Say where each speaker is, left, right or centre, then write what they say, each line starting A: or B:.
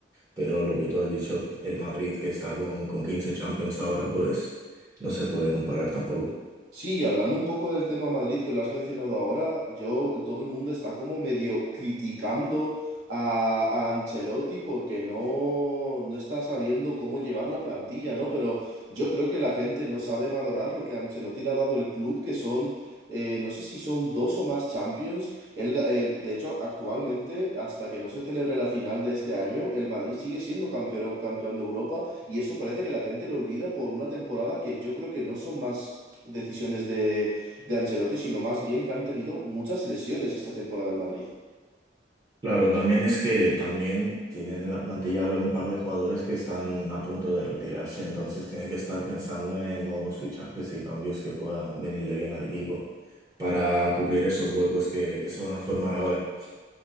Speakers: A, on the right (about 20°); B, on the right (about 80°).
A: Pero lo que tú has dicho, el Madrid que está con, con 15 Champions ahora, pues no se puede comparar tampoco.
B: Sí, y hablando un poco del tema Madrid que lo has mencionado ahora, yo, todo el mundo está como medio criticando a, a Ancelotti porque no, no está sabiendo cómo llevar la plantilla, ¿no? Pero yo creo que la gente no sabe valorar lo que Ancelotti le ha dado el club, que son, eh, no sé si son dos o más Champions. Él ga- él- de hecho, actualmente, hasta que no se celebre la final de este año, el Madrid sigue siendo campeón, campeón de Europa y eso parece que la gente lo olvida por una temporada que yo creo que no son más decisiones de, de Ancelotti, sino más bien que han tenido muchas lesiones esta temporada el Madrid.
A: Claro, también es que también tienen en la plantilla un par de jugadores que están a punto de retirarse, entonces tienen que estar pensando en nuevos fichajes y cambios que puedan venirle bien al equipo para cubrir esos huecos que, que se van a formar ahora.